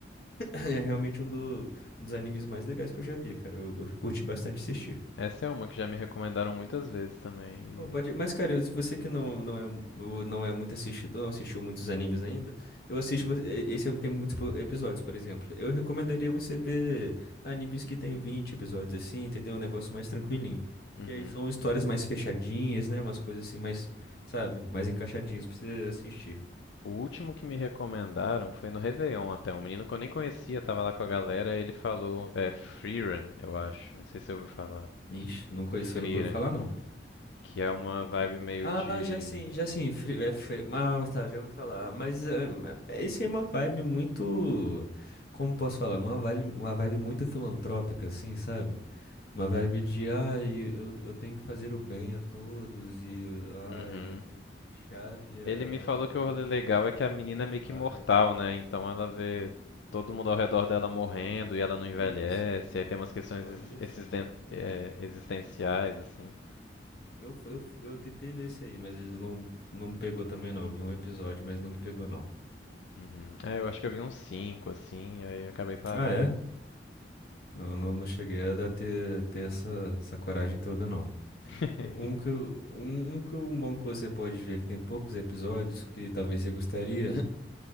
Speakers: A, on the left; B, on the left.
A: <clears throat> é realmente um, do- um dos animes mais legais que eu já vi, cara. Eu, eu curti bastante assistir.
B: Essa é uma que já me recomendaram muitas vezes também. e-
A: Pô, pode... Mas, cara, eu- se você que não, não, é, mu- não é muito assistidor, não assistiu muitos animes ainda, eu assisto. vo- e- Esse é, tem muitos po- episódios, por exemplo. Eu recomendaria você ver animes que tem 20 episódios assim, entendeu? Um negócio mais tranquilinho.
B: Uhum.
A: Que aí são histórias mais fechadinhas, né? Umas coisas assim, mais, sabe? Mais encaixadinhas pra você assistir.
B: O último que me recomendaram foi no Réveillon até. Um menino que eu nem conhecia, tava lá com a galera, ele falou, é Freerun, eu acho. Não sei se você ouviu falar.
A: Ixi, nunca,
B: Freerun,
A: esse eu nunca ouvi falar, não.
B: que é uma vibe meio
A: Ah,
B: de.
A: já sim, já sim. Fri- é fri- Ah, tá, já ouvi falar. Mas é, é- esse é uma vibe muito. Como posso falar? Uma vibe, uma vibe muito filantrópica, assim, sabe? Uma vibe de, ai, eu, eu tenho que fazer o bem a todos, e,
B: Uhum.
A: ai, chave é,
B: Ele me falou
A: é o bem,
B: que o rolê legal é que a menina é meio que
A: paz.
B: imortal, né? Então ela vê todo mundo ao redor dela morrendo e ela não envelhece.
A: Isso, isso.
B: Aí tem umas questões
A: É um bagulho
B: ex-
A: assim.
B: existen- é, existenciais, assim.
A: Eu, fu- eu, fu- eu tentei ver esse aí, mas ele não, não me pegou também, não. Eu vi um episódio, mas não me pegou, não.
B: Uhum. Ah, eu acho que eu vi uns cinco, assim, e aí eu acabei parando.
A: Ah, é? Não, não, não cheguei a dar- ter, ter essa, essa coragem toda, não.
B: <laughs>
A: Um que, eu- um, um que eu- um bom que você pode ver, que tem poucos episódios, que talvez você gostaria,